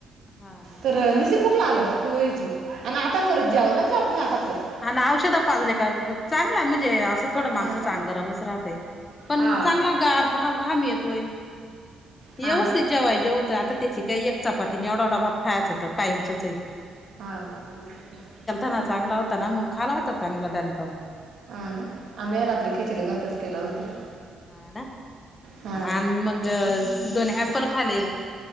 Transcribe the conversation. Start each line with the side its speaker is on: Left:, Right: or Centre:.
Left: हा हा.
Right: तर नुसती भूक लागले सारखी व्हयची आणि आता परत जेवणच जात नाही आता परत.
Left: आणि औषधं पाजले का चांगला म्हणजे आस पण थोडं
Right: हा
Left: माणसाच
Right: ना
Left: आंग गरमच राहतंय, पण
Right: हा
Left: चांगला गार फक्त का घाम येतोय.
Right: हा
Left: व्यवस्थित
Right: ना
Left: जेवय जेवतय आता ता त्याची काही एक चपातीने एवढा ढा भात खायचंत कायमचच हाय.
Right: हां
Left: ना चांगला होता मग खाला होता चांगला दानकावून.
Right: हा ना. आम्ही रात्री खिचडी भातच केला होता.
Left: हा ना
Right: हा
Left: आणि मग दोन ऍपल खाले.